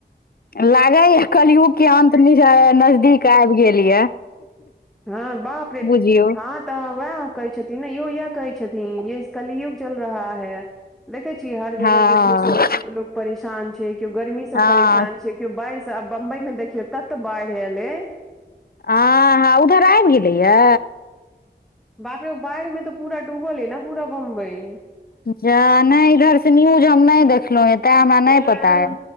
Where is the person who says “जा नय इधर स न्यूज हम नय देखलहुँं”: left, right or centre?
Left